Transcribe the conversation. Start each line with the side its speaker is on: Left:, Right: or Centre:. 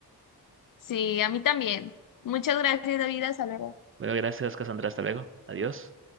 Left: Sí, a mí también. Muchas gracias, David. Hasta luego.
Right: Bueno, gracias, Cassandra. Hasta luego. Adiós.